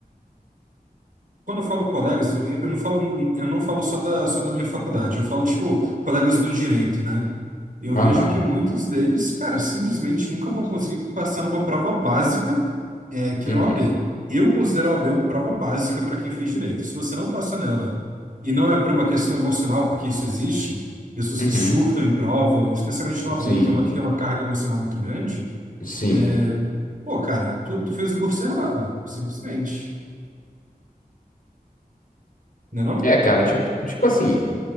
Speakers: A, on the right; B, on the left.
A: Quando eu falo colegas, eu não falo, eu não falo só da, só da minha faculdade, eu falo, tipo, colegas do direito, né? Eu
B: aham,
A: vejo que muitos deles, cara, simplesmente nunca vão conseguir passar numa prova básica, é, que
B: uhum,
A: nem a O A B Eu considero a O A B uma prova básica para quem fez direito. Se você não passa nela, e não é por uma questão emocional, porque isso existe, pessoas
B: uhum.
A: que surtam em prova, especialmente na O A B
B: Sim,
A: que é uma que
B: sim,
A: tem uma carga emocional muito grande,
B: sim.
A: é, pô, cara, tu, tu fez o curso errado, simplesmente, né não?
B: É, cara, tipo, tipo assim.